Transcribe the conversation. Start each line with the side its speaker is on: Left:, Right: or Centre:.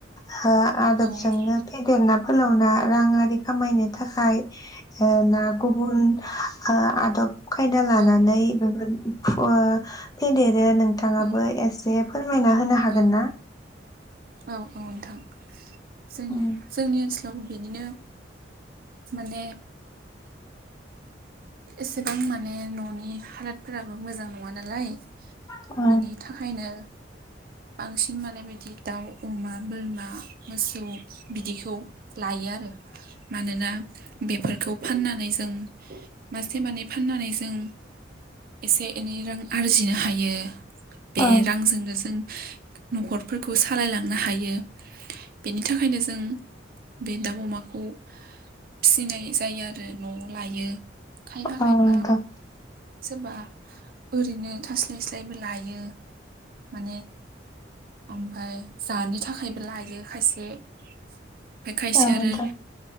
Left: हो आदबजोंनो
Right: औ नोंथां
Left: फेदेरना फोलावना राङारि खामायनो थाखाय ओ ना गुबुन ओ आदब खायदा लानानै
Right: औ
Left: बेफोर <unintelligible> फेदेद दो नोंथाङाबो
Right: औ
Left: एसे फोरमायना होनो हागोन
Right: औ
Left: ना?
Right: औ औ नोंथां। जों
Left: उम
Right: जोंनि ओनसोल आव बेदिनो माने एसेबां माने न'नि हालदफोराबो मोजां नङा नालाय।
Left: औ
Right: बिनि थाखायनो बांसिन माने बिदिनो दाउ, अमा, बोरमा, मोसौ बिदिखौ लायो आरो। मानोना बेफोरखौ फाननानै जों मासे मानै फाननानै जों एसे एनै रां आरजिनो हायो। बे
Left: औ
Right: रांजोंनो जों न'खरफोरखौ सालायलांनो हायो बेनि थाखायनो जों बे दाउ अमाखौ फिसिनाय जायो आरो न' लायो। खायफा
Left: औ
Right: खायफा
Left: नोंथां।
Right: सोरबा ओरैनो थास्लाय स्लायबो लायो माने ओमफ्राय जानो थाखायबो लायो खायसे। ओमफ्राय खायसे
Left: औ
Right: आरो
Left: नोंथां